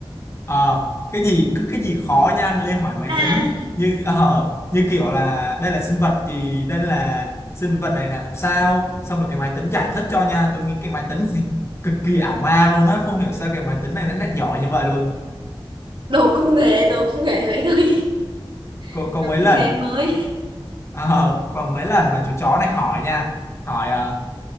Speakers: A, on the left; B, on the right.
A: Ờ, cái gì cứ cái gì khó nha lên hỏi máy
B: à,
A: tính như <laughs> ờ, như kiểu là đây là sinh vật gì đây là sinh vật này làm sao xong rồi cái máy tính giải thích cho nha tôi nghĩ cái máy tính thì cực kỳ ảo ma luôn á không hiểu sao cái máy tính này nó lại giỏi như vậy luôn
B: đồ công nghệ đồ công nghệ bạn ơi
A: có có
B: đồ
A: mấy
B: công
A: lần
B: nghệ mới
A: Ờ, còn mấy lần mà chú chó này hỏi nha hỏi ờ,